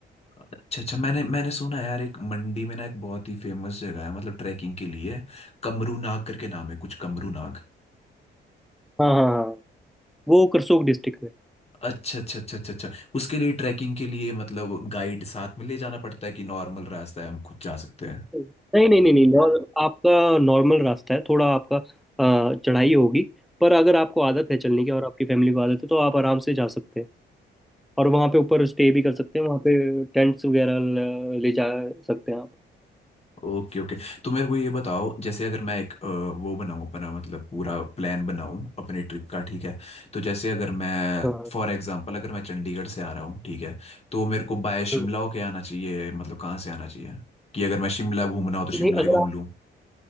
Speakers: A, on the left; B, in the centre.
A: अच्छा अच्छा मैंने मैंने सुना है यार एक मंडी में ना एक बहुत ही फेमस जगह है मतलब ट्रैकिंग के लिए कमरू नाग करके नाम है कुछ कमरू नाग
B: हाँ हाँ हाँ वो करसोग डिस्ट्रिक्ट में
A: अच्छा अच्छा अच्छा अच्छा अच्छा उसके लिए ट्रैकिंग के लिए मतलब गाइड साथ में ले जाना पड़ता है कि नॉर्मल रास्ता है हम खुद जा सकते हैं
B: नहीं नहीं नहीं नहीं नॉर, आपका नॉर्मल रास्ता है थोड़ा आपका अ, चढ़ाई होगी पर अगर आपको आदत है चलने की और आपकी फैमिली को आदत है तो आप आराम से जा सकते हैं और वहाँ पे ऊपर स्टे भी कर सकते हैं वहाँ पे टेंट्स वगैरह ल- ले जा सकते हैं आप
A: ओके ओके तो मेरे को ये बताओ जैसे अगर मैं एक अ, वो बनाऊं अपना मतलब पूरा प्लान बनाऊं अपनी ट्रिप का ठीक है तो जैसे अगर मैं
B: हाँ
A: फॉर एग्जांपल अगर मैं चंडीगढ़ से आ रहा हूँ ठीक है तो मेरे को बाय शिमला
B: हाँ।
A: होके आना चाहिए मतलब कहाँ से आना चाहिए कि अगर मैं शिमला घूमना हो तो
B: नहीं
A: शिमला ही
B: अगर
A: घूम
B: आप
A: लूँ